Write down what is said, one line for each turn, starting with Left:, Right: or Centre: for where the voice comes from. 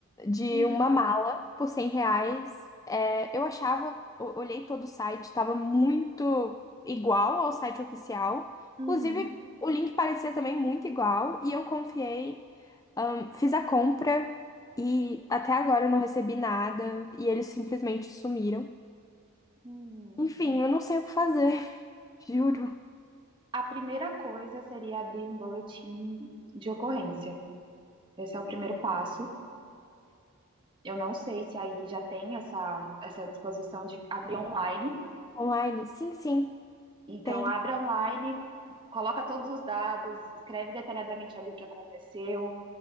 Left: de
Right: Uhum,
Left: uma mala por 100 reais. É, eu achava, o- olhei todo o site, estava muito igual ao site oficial.
Right: uhum.
Left: Inclusive, o link parecia também muito igual. E eu confiei, ahn, fiz a compra e até agora eu não recebi nada. E eles simplesmente sumiram.
Right: Hum,
Left: Enfim, eu não sei o que fazer, <laughs> juro.
Right: a primeira coisa seria abrir um boletim de ocorrência. Esse é o primeiro passo. Eu não sei se aí já tem essa, essa disposição de abrir online.
Left: Online? Sim, sim,
Right: Então,
Left: tem.
Right: abra online, coloca todos os dados, escreve detalhadamente ali o que aconteceu,